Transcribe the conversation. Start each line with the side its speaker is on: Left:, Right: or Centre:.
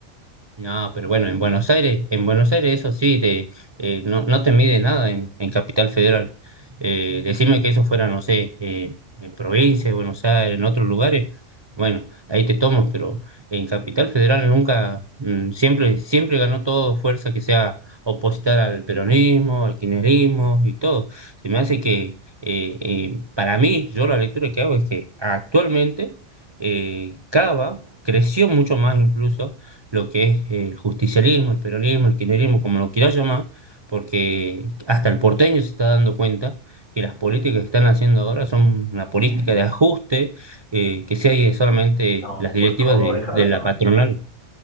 Right: No, pero bueno, en Buenos Aires, en Buenos Aires eso sí, te, eh, no, no te mide nada en, en Capital Federal. Eh, decime que eso fuera, no sé, eh, en provincia de Buenos Aires, en otros lugares, bueno, ahí te tomo, pero en Capital Federal nunca, mm, siempre, siempre ganó todo fuerza que sea opositar al peronismo, al kirchnerismo y todo. Se me hace que, eh, eh, para mí, yo la lectura que hago es que actualmente eh, Cava creció mucho más incluso lo que es eh, el justicialismo, el peronismo, el kirchnerismo, como lo quieras llamar, porque hasta el porteño se está dando cuenta que las políticas que están haciendo ahora son una política de ajuste, eh, que sigue solamente
Left: No,
Right: las directivas
Left: por favor,
Right: de,
Left: déjala
Right: de
Left: pagando.
Right: la patronal.